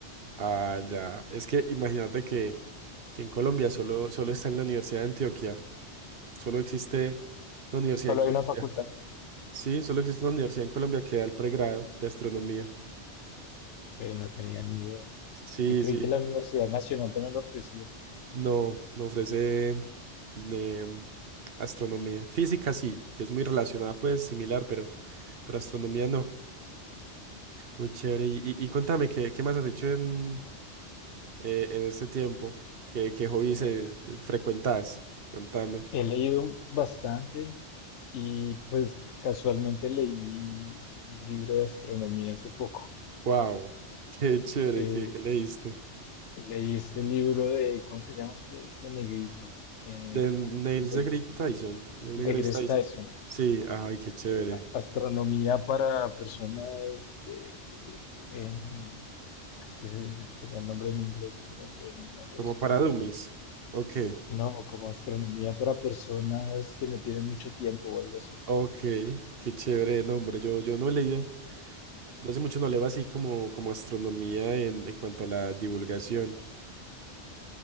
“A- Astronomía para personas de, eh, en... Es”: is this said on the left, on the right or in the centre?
Left